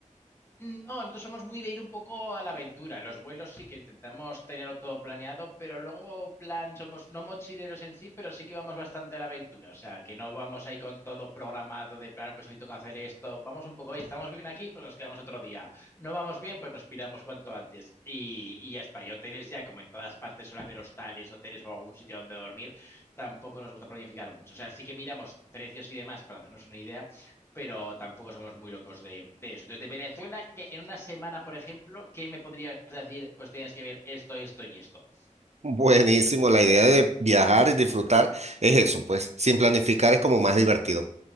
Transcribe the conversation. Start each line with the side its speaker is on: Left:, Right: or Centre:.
Left: No, nosotros somos muy de ir un poco a la aventura. Los vuelos sí que intentamos tenerlo todo planeado, pero luego, plan, somos no mochileros en sí, pero sí que vamos bastante a la aventura. O sea, que no vamos ahí con todo programado de plan, pues hoy toca hacer esto. Vamos un poco, hoy estamos bien aquí, pues nos quedamos otro día. No vamos bien, pues nos piramos cuanto antes. Y, y ya está. Y hoteles ya, como en todas partes suele haber hostales, hoteles o algún sitio donde dormir, tampoco nos gusta planificar mucho. O sea, sí que miramos precios y demás para hacernos una idea pero tampoco somos muy locos de, de eso. Entonces, de Venezuela, que en una semana, por ejemplo, ¿qué me podrías decir? Pues tienes que ver esto, esto y esto.
Right: Buenísimo, la idea de viajar y disfrutar es eso, pues sin planificar es como más divertido.